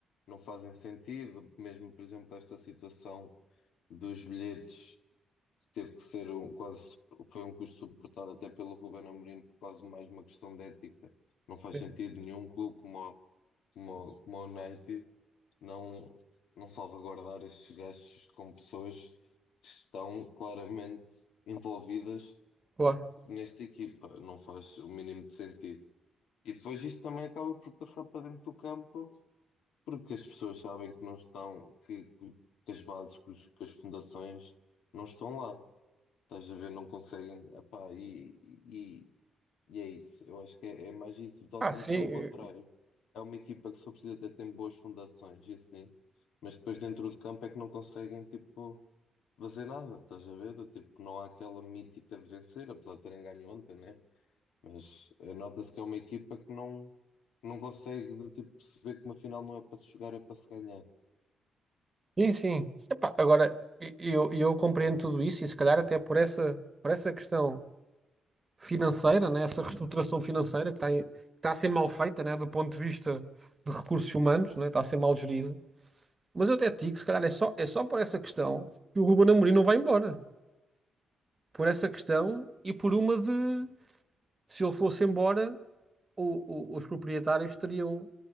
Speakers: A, on the left; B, on the right.
A: não fazem sentido, mesmo por exemplo esta situação dos bilhetes. teve que ser um, quase, foi um custo suportado até pelo Ruben Amorim, por quase mais uma questão de ética. Não faz
B: Sim,
A: sentido nenhum clube como, o- como, o- como o United não, não salvaguardar estes gastos com pessoas que estão claramente envolvidas
B: Claro.
A: nesta equipa. Não faz o mínimo de sentido. E depois isto também acaba por passar para dentro do campo, porque as pessoas sabem que não estão, que, que, que as bases, que os- que as fundações não estão lá. Estás a ver, não conseguem. Epá, e, e, e é isso. Eu acho que é, é mais isso. O Tottenham,
B: Ah, sim,
A: pelo contrário, é uma equipa que só precisa até tem boas fundações e assim. Mas depois dentro do campo é que não conseguem, tipo, fazer nada. Estás a ver? Tipo, não há aquela mítica de vencer, apesar de terem ganho ontem, né? Mas eh, nota-se que é uma equipa que não, não consegue, de, tipo, perceber que uma final não é para se jogar, é para se ganhar.
B: sim, sim. Epá, agora, e- eu, eu compreendo tudo isso e se calhar até por essa, por essa questão. financeira, né? Essa reestruturação financeira que está, em- que está a ser mal feita, né? Do ponto de vista de recursos humanos, né? Está a ser mal gerida. Mas eu até te digo, se calhar é só, é só por essa questão que o Ruben Amorim não vai embora. Por essa questão e por uma de se ele fosse embora, o- o- os proprietários estariam,